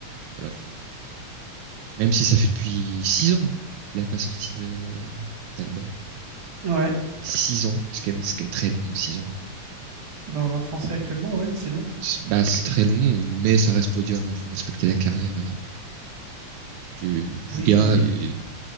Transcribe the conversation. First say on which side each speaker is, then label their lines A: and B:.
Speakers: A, on the right (about 80°); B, on the right (about 50°).
A: Voilà. Faut- Même si ça fait depuis six ans hein, qu'il n'a pas sorti de d'album.
B: Ouais,
A: Six ans, c'est quand même, c'est quand même très long, hein, six ans.
B: dans le rap français actuellement, ouais, c'est long.
A: C'est- Bah, c'est très long, mais ça reste podium. Hein. Faut respecter la carrière euh, du, du
B: Oui,
A: gars. Et...